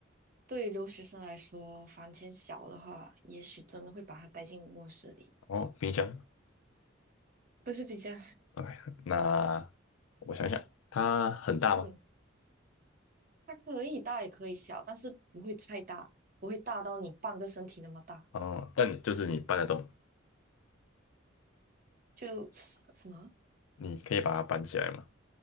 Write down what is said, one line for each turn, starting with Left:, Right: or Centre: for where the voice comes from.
Right: 对于留学生来说，房间小的话，也许真的会把它带进卧室里，
Left: 哦，冰箱。
Right: 不是比较，
Left: 哎，那我想想，它很大吗？
Right: <laughs> 嗯，它可以大也可以小，但是不会太大，不会大到你半个身体那么大。
Left: 哦，但你就是你搬得动，
Right: 就是什么？
Left: 你可以把它搬起来嘛。